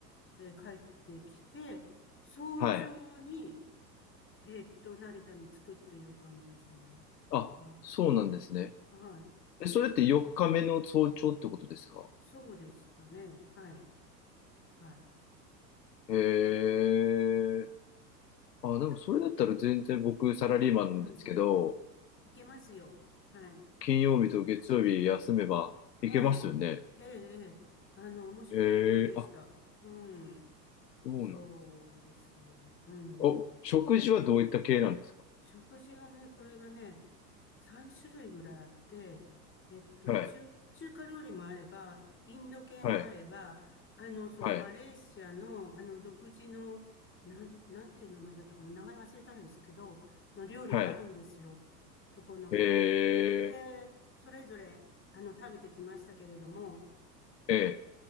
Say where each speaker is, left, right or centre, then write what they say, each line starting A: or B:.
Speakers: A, on the left; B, on the left.
A: えー帰ってきて、早朝に、
B: はい。
A: えーっと、成田に着くっていう感じでしたね。
B: あ、
A: はい。
B: そうなんですね。
A: はい
B: え、それって4日目の早朝ってことですか
A: えーそうでしたね。はい。はい。
B: へえ。あ、でもそれだったら全然僕サラリーマンなんですけど、
A: ちょ、うん。いけますよ。はい。
B: 金曜日と月曜日休めばいけますよね。
A: はい。ええ、ええ。あの、面白いところでした。
B: へえ、あ、
A: うん。
B: そうなんです。
A: そうですね。うん。
B: お、食事はどういった系なんですか
A: 食事はね、これがね、3種類ぐらいあって、えっと、
B: はい、
A: 中、中華料理もあれば、インド系もあれば、
B: はい、
A: あの、そのマレーシアの、
B: はい、
A: あの、独自の、なん、なんていう名前だったかな、名前忘れたんですけど、の料理があるんですよ。
B: はい。
A: そこの。
B: へ
A: で、
B: え、
A: それぞれ、あの、食べてきましたけれども、
B: ええ、